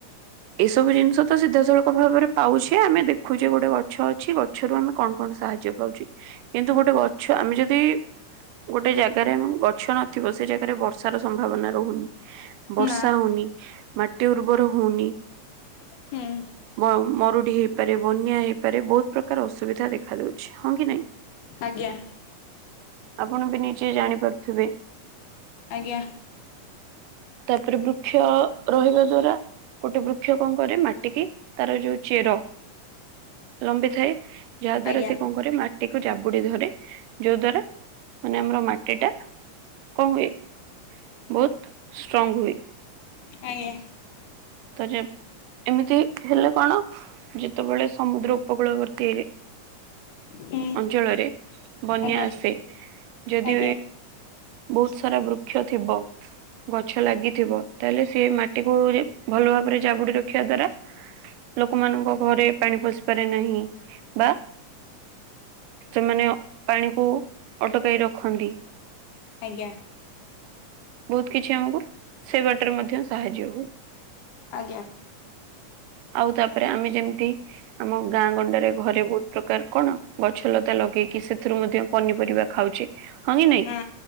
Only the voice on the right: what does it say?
ଏସବୁ ଜିନିଷ ତ ସିଧାସଳଖ ଭାବରେ ପାଉଛେ। ଆମେ ଦେଖୁଛେ, ଗୋଟେ ଗଛ ଅଛି ଗଛରୁ ଆମେ କଣ କଣ ସାହାଯ୍ୟ ପାଉଛି। କିନ୍ତୁ, ଗୋଟେ ଗଛ ଆମେ ଯଦି ଗୋଟେ ଜାଗାରେ ଆମ ଗଛ ନଥିବ! ସେ ଜାଗାରେ ବର୍ଷ ର୍ଷାର ସମ୍ଭାବନା ରହୁନି। ବର୍ଷା
ହଉନି। ମାଟି ଉର୍ବର ହଉନି।
ମ- ମରୁଡି ହେଇପାରେ ବନ୍ୟା ହେଇ ପାରେ, ବହୁତ ପ୍ରକାର ଅସୁବିଧା ଦେଖାଦଉ ହଁ କି ନା
ଆପଣ ବି ନିଜେ ଜାଣିପାରୁଥିବେ।
ତାପରେ ବୃକ୍ଷ ରହିବା ଦ୍ଵାରା ଗୋଟେ ବୃକ୍ଷ କଣ କରେ ମାଟିକି ତାର ଯୋଉ ଚେର ଲମ୍ବିଥାଏ ଯାହାଦ୍ୱାରା
ସେ ମାଟି କୁ ଜାବୁଡି ଧରେ ଯୋଉ ଦ୍ଵାରା ମାନେ ଆମର ମାଟି ଟା କଣ ହୁଏ ବହୁତ ଷ୍ଟ୍ରଙ୍ଗ୍ ହୁଏ।
ତ ଯେ ଏମିତି ହେଲେ କଣ ଯେତେବେଳେ ସମୁଦ୍ର ଉପକୂଳବର୍ତ୍ତୀ ଏ
ଅଞ୍ଚଳରେ ବନ୍ୟା
ଆସେ ଯଦି
ବହୁତ ସାରା ବୃକ୍ଷ ଥିବ ଗଛ ଲାଗିଥିବ ତାହେଲେ ସେ ମାଟିକୁ ଭଲ ଭାବରେ ଜାବୁଡି ରଖିବା ଦ୍ଵାରା ଲୋକମାନଙ୍କ ଘରେ ପାଣି ପଶିପାରେ ନାହିଁ ବା ସେମାନେ ପାଣିକୁ ଅଟକାଇ ରଖନ୍ତି।
ବହୁତ କିଛି ଆମକୁ ସେ ବାଟରେ ମଧ୍ୟ ସାହାଯ୍ୟ ହୁଏ।
ଆଉ ତାପରେ ଆମେ ଯେମିତି ଆମ ଗାଁ ଗଣ୍ଡରେ ଘରେ ବହୁତ ପ୍ରକାର କଣ ଗଛଲତା ଲଗେଇକି ସେଥିରୁ ମଧ୍ୟ ପନିପରିବା ଖାଉଛେ ହଁ କି ନାଇଁ